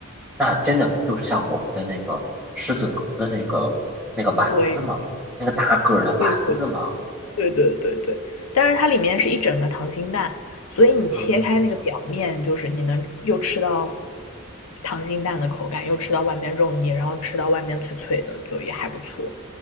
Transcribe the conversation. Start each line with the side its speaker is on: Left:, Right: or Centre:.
Centre: 那真的不就是像我们的那个狮子头的那个那个丸子吗？
Left: 对
Centre: 那个大个儿的丸子吗？
Left: 对对对对对对，但是它里面是一整个溏心蛋，所以你切开那个表面，
Centre: 嗯，
Left: 就是你能又吃到溏心蛋的口感，又吃到外面肉泥，然后吃到外面脆脆的，就也还不错。